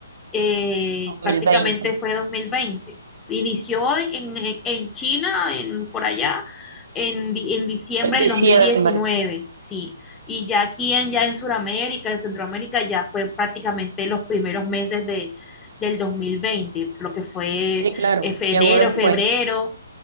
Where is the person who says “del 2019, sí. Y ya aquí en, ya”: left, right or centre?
Left